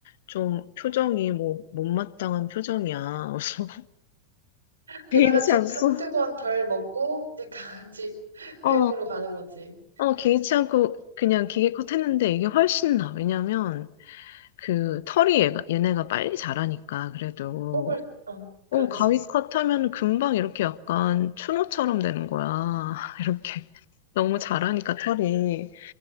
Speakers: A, on the left; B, on the right.
A: 좀 표정이 뭐 못마땅한 표정이야. 그래서
B: 배달
A: <laughs> 괜찮소.
B: 음식 한두 번 덜 먹고, 이제 강아지 <laughs>
A: 어.
B: 비용으로 가는 거지.
A: 어, 개의치 않고 그냥 기계 컷 했는데 이게 훨씬 나. 왜냐면 그 털이 얘가, 얘네가 빨리 자라니까 그래도
B: 뽑을, 어, 그렇지.
A: 어, 가위 컷 하면 금방 이렇게 약간 추노처럼 되는 거야. <laughs> 이렇게 너무 자라니까 털이.